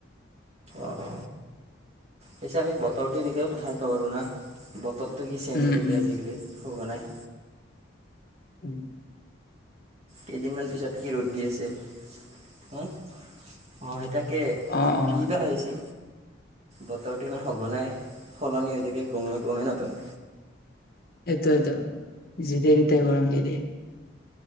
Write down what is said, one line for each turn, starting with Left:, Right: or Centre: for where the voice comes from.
Right: অ-অ পিছে আমি বতৰটোৰ বিষয়ে কথা পাব পাৰোঁ না'? বতৰটো কি চেঞ্জ
Left: উম
Right: হৈ থাকে
Left: উম
Right: আজিকালি সঘনাই।
Left: উম।
Right: কেইদিনমান পিছত কি ৰ'দ দি আছিল! অ সেই তাকে।
Left: অ।
Right: কি বা আহিছে, বতৰটো ইমান সঘনাই সলনি হৈ থাকে গমে - গমেই নাপায়।
Left: সেইটোয়েটো যেতিয়া-তেতিয়াই গৰম দি দিয়ে।